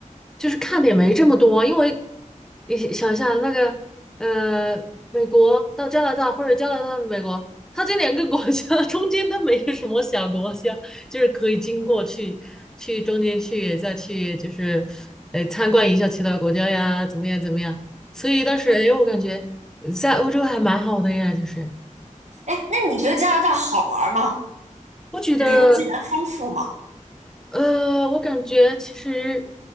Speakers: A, in the centre; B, on the right.
A: 就是看点没这么多，因为你想想一下那个呃，美国到加拿大或者加拿大到美国，它这两个国家 <laughs> 中间都没有什么小国家，就是可以经过去去中间去再去就是呃参观一下其他国家呀，怎么样怎么样？所以当时哎，我感觉在欧洲还蛮好的呀，就是
B: 哎，那你觉得加拿大好玩儿吗？
A: 我觉得。
B: 旅游资源丰富吗？
A: 呃，我感觉其实